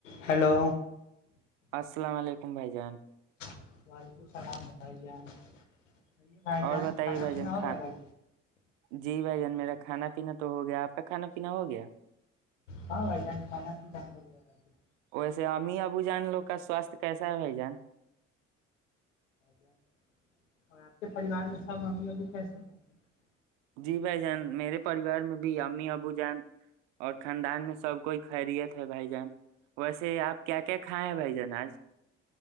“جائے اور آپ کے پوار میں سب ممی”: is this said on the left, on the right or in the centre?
Left